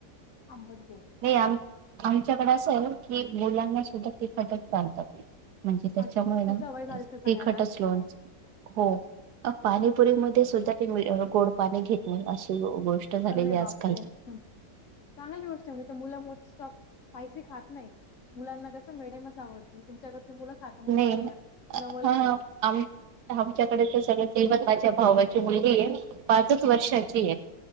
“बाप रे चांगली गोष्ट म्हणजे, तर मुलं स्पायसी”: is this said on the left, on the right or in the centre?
Left